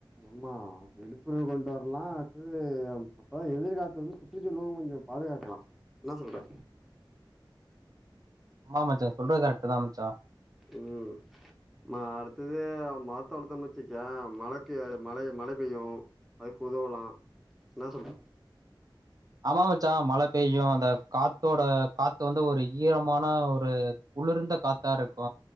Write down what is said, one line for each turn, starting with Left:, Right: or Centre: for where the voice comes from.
Centre: அம்மா விழிப்புணர் கொண்டு வரலா அட்தது அப்ப எதிர்காத்து வந்து சுற்றிச்சுலலு கொஞ்சோ பாதுகாக்கலா என்ன சொல்ற
Right: ஆமா மச்சா சொல்றது கரெக்ட் தா மச்சா
Centre: உ மாடு த்தது மரத்த வளத்தோ வச்சுக்கே மழைக்கு மழ மழ பெய்யு அதுக்கு உதவலா என்னா சொல்ற
Right: ஆமா மச்சா மழ பெய்யு அந்த காத்தோட காத்து வந்து ஒரு ஈரமான ஒரு குளிர்ந்த காத்தாருக்கு